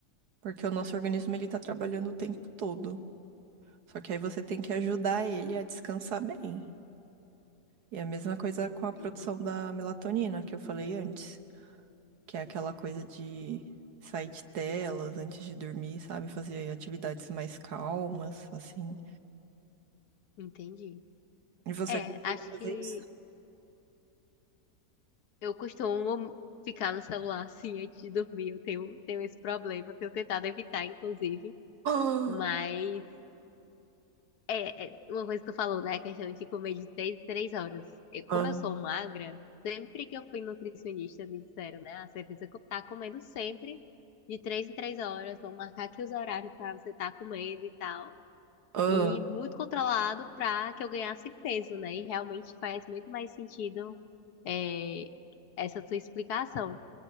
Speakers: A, on the right; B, on the left.
A: Porque o nosso organismo ele tá trabalhando o tempo todo. Só que aí você tem que ajudar ele a descansar bem. E a mesma coisa com
B: Entendi.
A: a produção da melatonina que eu falei antes, que é aquela coisa de sair de telas antes de dormir, sabe? Fazer atividades mais calmas, assim.
B: Entendi.
A: E você
B: É,
A: costuma
B: acho
A: fazer
B: que
A: isso?
B: eu costumo ficar no celular, assim, antes de dormir. Eu tenho, tenho esse problema. Tenho tentado evitar, inclusive.
A: Ah,
B: Mas É, é uma coisa que tu falou, né? A questão de comer de três em três horas. Eu-
A: ah,
B: como eu sou magra, sempre que eu fui nutricionista, me disseram, né? Ah, você precisa co- tá comendo sempre de três em três horas. Vão marcar aqui os horários pra você estar comendo e tal.
A: ah.
B: E muito controlado pra que eu ganhasse peso, né? E realmente faz muito mais sentido, é, essa tua explicação.